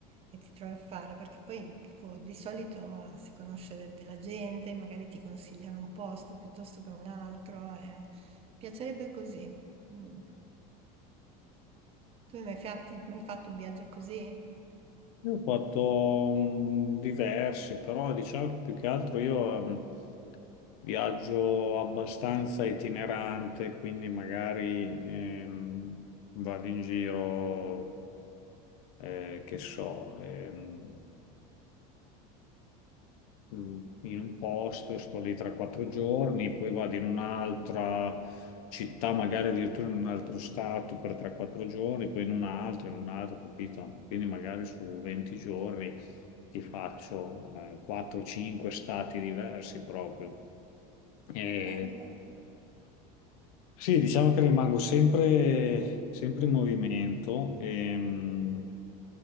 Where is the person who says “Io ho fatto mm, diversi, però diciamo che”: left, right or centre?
Left